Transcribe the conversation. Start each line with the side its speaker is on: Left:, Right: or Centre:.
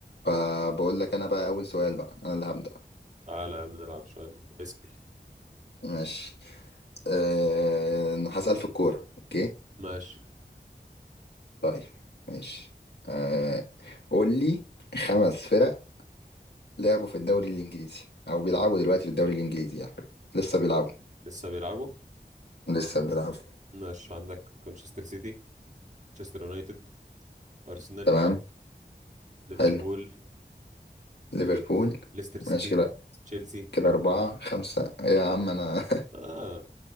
Left: فبقول لك انا بقى اول سؤال بقى انا اللي هبدأ
Right: تعالى يا عم نلعب شوية اسأل
Left: ماشي أه... هسأل في الكورة اوكي
Right: ماشي
Left: طيب ماشي أه... قول لي خمس فرق لعبوا في الدوري الانجليزي او بيلعبوا دلوقتي في الدوري الانجليزي يعني لسه بيلعبوا
Right: لسه بيلعبوا
Left: لسه بيلعبوا
Right: ماشي عندك مانشستر سيتي مانشستر يونايتد أرسنال
Left: تمام
Right: ليفربول
Left: حلو ليفربول
Right: ليستر سيتي
Left: ماشي كده
Right: تشيلسي
Left: كده أربعة خمسة إيه يا عم أنا
Right: آه